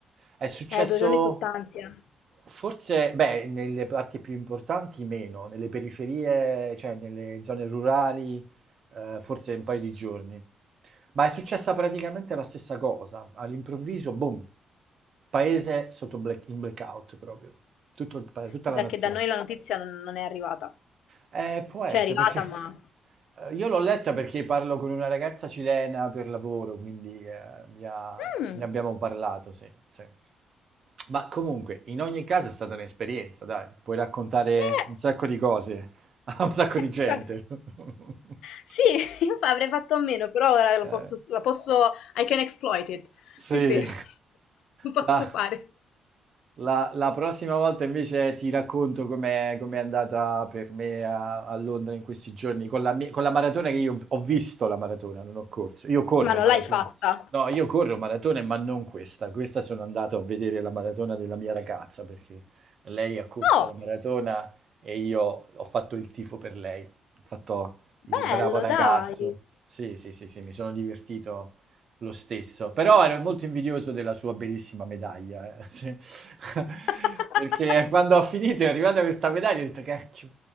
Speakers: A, on the right; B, on the left.
A: È successo
B: Eh, due giorni sono tanti, eh.
A: forse, beh, nelle parti più importanti meno, nelle periferie, cioè nelle zone rurali, eh, forse un paio di giorni. Ma è successa praticamente la stessa cosa, all'improvviso, boom, paese sotto black- in blackout proprio, tutto il pa- tutta
B: Mi
A: la
B: sa
A: nazione.
B: che da noi la notizia non, non è arrivata.
A: Eh, può essere
B: Cioè è arrivata,
A: perché...
B: ma...
A: Eh, Io l'ho letta perché parlo con una ragazza cilena per lavoro, quindi eh, mi ha-
B: Mm,
A: ne abbiamo parlato, sì, sì. Ma comunque, in ogni caso è stata un'esperienza, dai, puoi raccontare
B: eh.
A: un sacco di cose a un sacco
B: <laughs>
A: di gente.
B: Guarda,
A: <laughs>
B: Sì, <laughs> io fa- avrei fatto a meno, però ora lo
A: Eh,
B: posso, la posso... I can exploit it.
A: sì,
B: Sì, sì, <laughs> lo posso
A: la,
B: fare.
A: La, la prossima volta invece ti racconto com'è com'è andata per me a, a Londra in questi giorni con la, mia- con la maratona che io ho visto la maratona, non ho corso. Io corro
B: Ma non
A: maratona.
B: l'hai fatta?
A: No, io corro maratone, ma non questa. Questa sono andato a vedere la maratona della mia ragazza perché lei ha corso
B: Oh,
A: la maratona e io ho fatto il tifo per lei. Ho fatto il
B: bello,
A: bravo ragazzo.
B: dai.
A: Sì, sì, sì, sì, mi sono divertito lo stesso, però ero molto invidioso della sua bellissima medaglia, eh, sì. <laughs>
B: <laughs>
A: perché quando ho finito è arrivata questa medaglia ho detto cacchio,